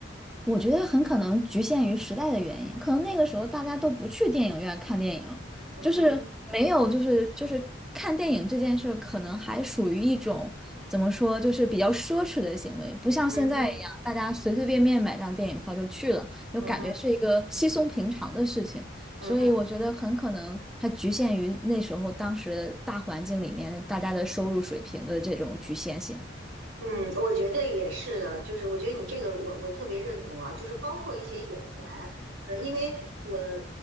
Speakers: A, in the centre; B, on the right.
A: 我觉得很可能局限于时代的原因，可能那个时候大家都不去电影院看电影，
B: 嗯哼，
A: 就是没有，就是就是看电影这件事，可能还属于一种怎么说，就是比较奢侈的行为，不像现在一样，
B: 嗯哼，
A: 大家随随便便买张电影票就去了，就感觉是一个稀松平常的事情。
B: 嗯哼，嗯哼，嗯哼。
A: 所以我觉得很可能它局限于那时候当时大环境里面大家的收入水平的这种局限性。
B: 嗯，我觉得也是的，就是我觉得你这个我我特别认同啊，就是包括一些演员，呃，因为我呃，